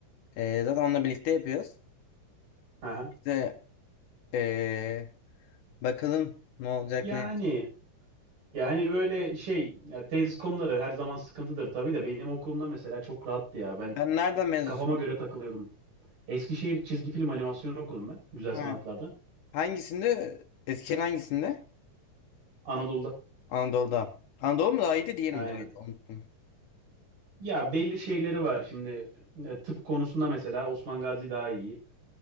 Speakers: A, on the left (about 75°); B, on the right (about 85°).
A: Ee, zaten onunla birlikte yapıyoruz.
B: Aha.
A: İşte ee, Bakalım ne olacak
B: Yani
A: ne. edecek.
B: yani böyle şey ya tez konuları her zaman sıkıntıdır tabii de benim okulumda mesela çok rahattı ya. Ben
A: Sen nereden mezunsun?
B: kafama göre takılıyordum. Eskişehir çizgi film animasyon okudum ben. Güzel
A: Ha,
B: sanatlarda.
A: hangisinde? Eskişehir hangisinde?
B: Anadolu'da.
A: Anadolu'da. Anadolu mu daha iyiydi diyelim
B: Aynen.
A: daha iyiydi. Unuttum.
B: Ya belli şeyleri var şimdi. E, tıp konusunda mesela Osman Gazi daha iyi.